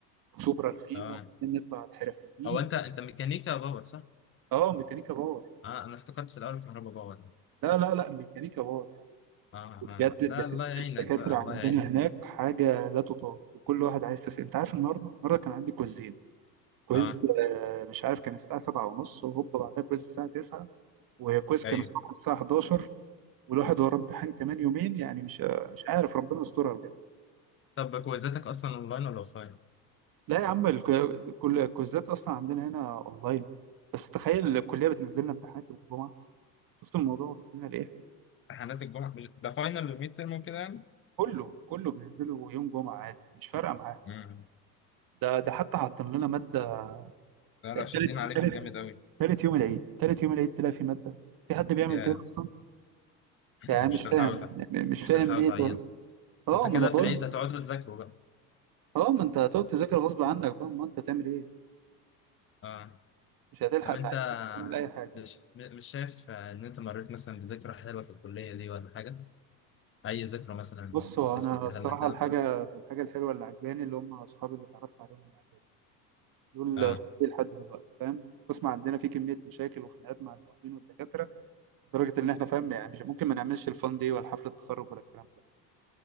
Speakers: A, on the right; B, on the left.
A: وشبرا الخيمة
B: اه
A: وبعدين نطلع على الحرفيين
B: او انت انت ميكانيكا باور صح؟
A: اه ميكانيكا باور
B: اه انا افتكرت في الاول كهرباء باور ده
A: لا لا لا ميكانيكا باور يعني
B: اه اه
A: بجد الدكات-
B: لا الله يعينك
A: الدكاترة
B: بقى الله
A: عندنا
B: يعينك
A: هناك حاجة لا تطاق وكل واحد عايز تسأل انت عارف النهاردة النهاردة كان عندي كويزين كويز
B: اه
A: آه، مش عارف كان الساعة سبعة ونص وهوبا بعدها كويز الساعة تسعة وكويز كان
B: ايوه
A: الصبح الساعة 11 والواحد وراه امتحان كمان يومين يعني مش مش عارف ربنا يسترها بجد
B: طب كويزاتك اصلا اونلاين ولا اوفلاين؟
A: لا يا عم الك- كل الكوزات اصلا عندنا هنا اونلاين بس تخيل الكليه بتنزل لنا امتحانات يوم الجمعه شفت الموضوع وصل لنا لايه
B: امتحانات الجمعه مش ده فاينل الميد ترم وكده يعني؟
A: كله كله بننزله يوم جمعه عادي مش فارقه معاه
B: امم
A: ده ده حتى حاطين لنا ماده
B: لا لا شادين
A: تالت
B: عليكم
A: تالت
B: جامد قوي
A: تالت يوم العيد تالت يوم العيد تلاقي في ماده في حد بيعمل
B: يا
A: كده اصلا
B: <clears throat>
A: يعني
B: مش
A: مش
B: تلحقوا
A: فاهم
B: تع-
A: م- مش
B: مش
A: فاهم
B: تلحقوا
A: ليه
B: تعيدوا
A: ده اه
B: انت كده
A: ما انا بقول
B: في العيد هتقعدوا تذاكروا بقى
A: اه ما انت هتقعد تذاكر غصب عنك بقى ما انت تعمل ايه
B: اه
A: مش هتلحق
B: طب انت
A: تعمل اي حاجه
B: مش مش شايف ان انت مريت مثلا بذكرى حلوه في الكليه دي ولا حاجه اي ذكرى مثلا
A: بص هو
B: تفتكرها
A: انا الصراحه
B: لنا كده
A: الحاجه الحاجه الحلوه اللي عجباني اللي هم اصحابي اللي اتعرفت عليهم من اعدادي دول
B: اه
A: اصحابي لحد دلوقتي فاهم القسم عندنا فيه كميه مشاكل وخناقات مع المعيدين والدكاتره لدرجه ان احنا فاهم يعني مش ممكن ما نعملش الفان دي ولا حفله التخرج ولا الكلام ده